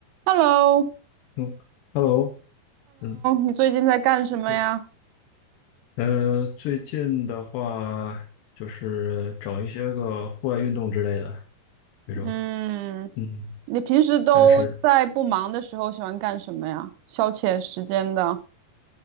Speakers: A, on the right (about 85°); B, on the left (about 75°).
A: Hello，Hello，
B: 嗯，Hello，嗯，
A: 你最近在干什么呀？
B: 对，呃，最近的话就是整一些个户外运动之类的这种，
A: 嗯，
B: 嗯，
A: 你平时都在不忙的时候喜欢干什么呀？
B: 但是，
A: 消遣时间的。